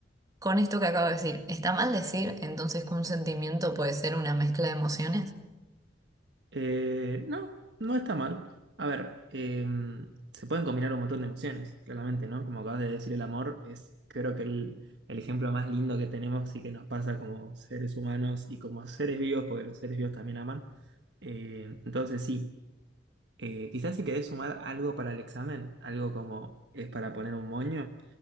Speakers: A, on the right; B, on the right.
A: con esto que acabo de decir, ¿está mal decir entonces que un sentimiento puede ser una mezcla de emociones?
B: Eh, no, no está mal. A ver, eh, se pueden combinar un montón de emociones, claramente, ¿no? Como acabas de decir, el amor es, creo que el, el ejemplo más lindo que tenemos y que nos pasa como seres humanos y como seres vivos, porque los seres vivos también aman. Eh, entonces, sí. Eh, quizás si querés sumar algo para el examen, algo como es para poner un moño,